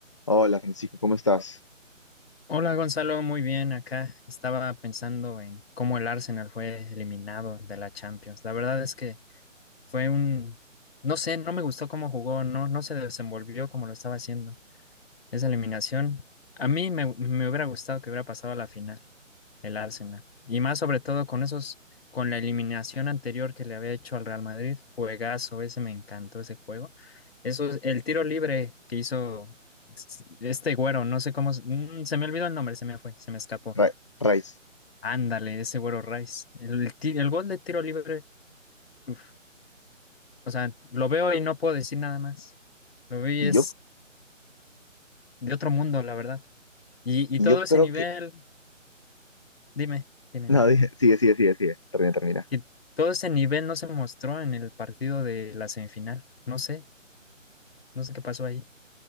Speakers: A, on the left; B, on the left.
A: Hola Francisco, ¿cómo estás?
B: Hola Gonzalo, muy bien acá. Estaba pensando en cómo el Arsenal fue eliminado de la Champions. La verdad es que fue un, no sé, no me gustó cómo jugó, no, no se desenvolvió como lo estaba haciendo. Esa eliminación, a mí me, me hubiera gustado que hubiera pasado a la final el Arsenal. Y más sobre todo con esos, con la eliminación anterior que le había hecho al Real Madrid, juegazo, ese me encantó ese juego. Eso, el tiro libre que hizo s- este güero, no sé cómo, s- mm, se me olvidó el nombre, se me fue, se me escapó.
A: Ra- Raiz.
B: Ándale, ese güero Rice. El, el ti- el gol de tiro libre, uf, o sea, lo veo y no puedo decir nada más. Lo veo y
A: Y
B: es
A: yo,
B: de otro mundo, la verdad. Y, y
A: y
B: todo
A: yo creo
B: ese nivel,
A: que... <laughs>
B: Dime, dime,
A: No,
B: dime.
A: dije- sigue, sigue, sigue, sigue. Termina, termina.
B: Que todo ese nivel no se mostró en el partido de la semifinal. No sé, no sé qué pasó ahí.